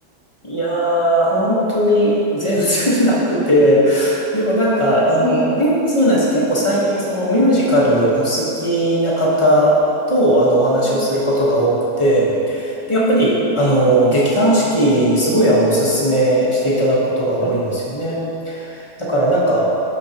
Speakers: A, on the left; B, on the right.
A: いやー、本当に全然なくて。でもなんか、
B: ああそうなんで
A: あの、ミュそうなんです。結構最近そのミュージカルお好きな方と、あの、お話をすることが多くて、
B: すね
A: でやっぱり、
B: うん、うん、
A: あの、劇団四季、すごいあの、おすすめしていただくことが多いんですよね。
B: は
A: だからなんか、